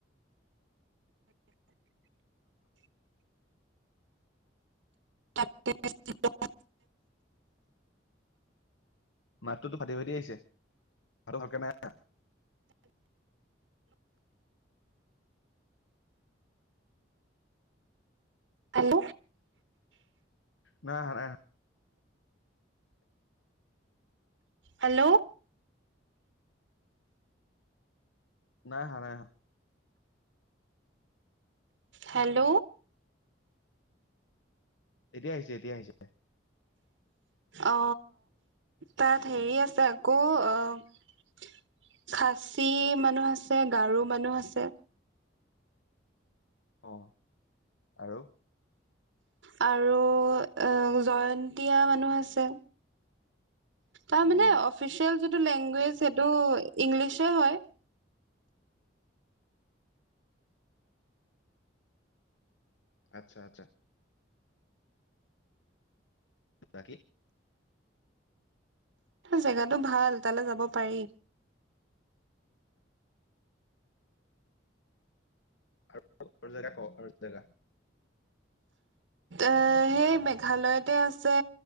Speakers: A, on the right; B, on the left.
A: তাক কে <inaudible>
B: মাতটো তো ফাটি ফটি আহিছে <inaudible> টো ভালকে নাই অহা।
A: আইল।
B: নাই আহা নাই আ।
A: হেল্ল'।
B: নাই আহা নাই আহা।
A: হেল্ল'।
B: এতিয়া আহিছে এতিয়া আহিছে।
A: অ তাত হেৰি আছে। কৌ অ খাচী মানুহ আছে গাৰো মানুহ আছে।
B: অ আৰু।
A: আৰু এ জয়ন্তীয়া মানুহ আছে। তাৰ মানে
B: উম
A: অফিচিয়েল যিটো লেংগুৱেজ সেইটো ইংলিছে হয়।
B: আচ্ছা আচ্ছা। বাকী।
A: জেগাটো ভাল তালৈ যাব পাৰি।
B: আৰু জেগা ক আৰু জেগা।
A: এ সেই মেঘালয়তে আছে